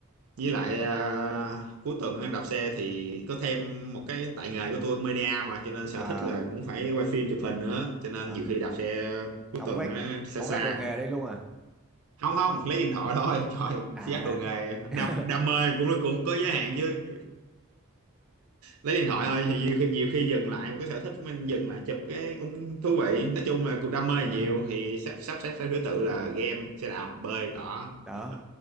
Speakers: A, on the right; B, in the centre.
A: với lại ờ, cuối tuần á, đạp xe thì có thêm một cái tại nghề của tôi media mà cho nên sở
B: à,
A: thích là cũng phải quay phim chụp hình nữa cho nên
B: à.
A: nhiều khi đạp xe cuối
B: ông
A: tuần
B: vét
A: á, xa
B: ông
A: xa
B: vét đồ nghề đi luôn à
A: không không lấy điện thoại thôi <laughs> trời
B: à
A: giác đồ nghề
B: <laughs>
A: đam, đam mê cũng cũng có giới hạn chứ lấy điện thoại thôi thì nhiều khi nhiều khi dừng lại một cái sở thích của mình dừng lại chụp cái cũng thú vị nói chung
B: À,
A: là cũng đam mê
B: ờ,
A: nhiều thì sắp sắp xếp theo thứ tự là game xe đạp bơi đó
B: đó
A: <laughs>